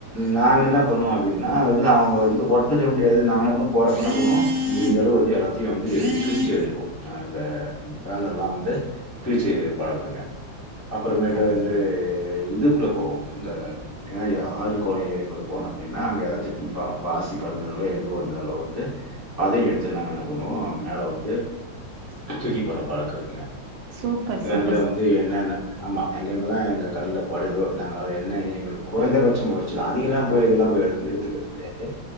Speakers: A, on the left; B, on the right.
A: நாங்க என்ன பண்ணுவோ அப்டினா அது வந்து அவாங்கள வந்து ஒட்ட சொல்ல முடியாது நாங்க என்ன பண்ணுவோ போறப்ப என்ன பண்ணுவோ அப்டி இந்த அளவு வந்து எல்லாத்தையு வந்து கிழிச்செரிஞ்சிருவோ அஹ் அந்த பேனர்லா வந்து கிழிச்சு பழக்கங்க அப்பறமேட்டு
B: அது
A: வந்து
B: சார்
A: இதுக்குல போவோ இந்த இணையா ஆறு கொள ஏரிக்குல போன அப்டின்னா அங்க எதாச்சு ம் பா பாசி படர்ந்தாலோ எதுவு இருந்தாலோ வந்து அதையு எடுத்துன் நாங்க என்ன பண்ணுவோ மேல வந்து தூக்கி போற பழக்க இருக்குங்க
B: சூப்பர் சூப்
A: ள வந்து என்னென்ன ஆமா எங்க எங்கெல்லா எங்க கண்ணுல படுதோ நாங்க அத என்ன ஏங்க குறைந்தபட்ச முயற்சிதா அதிகலாம் போய் இதுலா போய் எடு எடுத்துக்க முடியாது